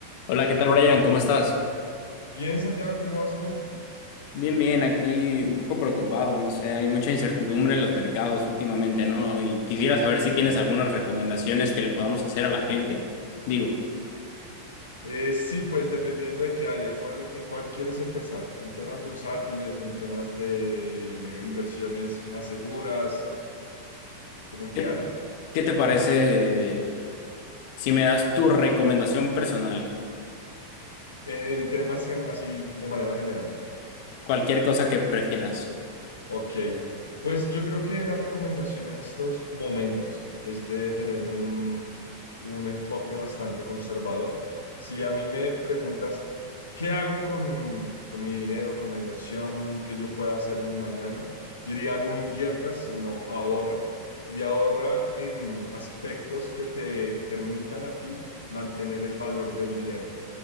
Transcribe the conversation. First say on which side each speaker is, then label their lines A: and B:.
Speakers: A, on the left; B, on the left.
A: Hola, ¿qué tal, Brian? ¿Cómo estás?
B: Bien, Santiago, ¿cómo vas tú?
A: Bien, bien, aquí un poco preocupado, no sé, hay mucha incertidumbre en los mercados últimamente, ¿no? Y quisiera saber
B: Sí.
A: si tienes algunas recomendaciones que le podamos hacer a la gente. Digo,
B: Eh, sí, pues dependiendo de qué área, cuál, en cuál quieres empezar, en temas bursátiles, en temas de eh, inversiones más seguras, como en
A: ¿qué,
B: qué área,
A: qué te parece eh, si me das tu recomendación personal?
B: Eh, en temas gen- así de manera general.
A: Cualquier cosa que prefieras.
B: Ok, pues yo creo que la recomendación en estos momentos es de tener un, un enfoque bastante conservador. Si a mí me preguntas, ¿qué hago con, con mi dinero, con la inversión que yo pueda hacer en el mañana? Diría, no inviertas, sino ahorra. Y ahorra en aspectos que te permitan a ti mantener el valor del dinero.